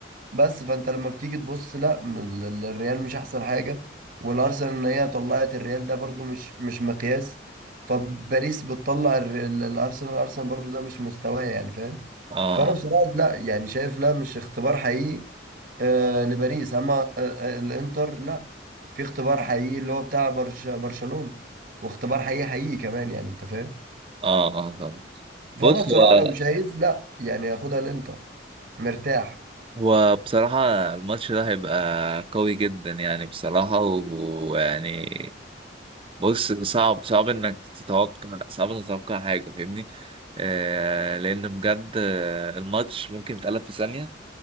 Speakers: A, on the right; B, on the right.
A: بس فانت لما بتيجي تبص لا من- ال- الريال مش احسن حاجه والارسنال ان هي طلعت الريال ده برضو مش مش مقياس فباريس بتطلع الر- ال- الارسنال الارسنال برضو ده مش مستواه يعني فاهم
B: اه
A: فانا
B: اه
A: بصراحه لا يعني شايف لا مش اختبار حقيقي آه لباريس اما آه آه الانتر لا في اختبار حقيقي اللي هو بتاع برش برشلونه واختبار حقيقي حقيقي كمان يعني انت فاهم
B: اه اه آه، فاهم بص
A: فانا بصراحه
B: هو
A: لو شايف لا يعني ياخدها الانتر مرتاح
B: هو بصراحة الماتش ده هيبقى قوي جدا يعني بصراحة و- ويعني بص صعب صعب انك تتوقع صعب انك تتوقع حاجة فاهمني آه لان بجد آه، الماتش ممكن يتقلب في ثانية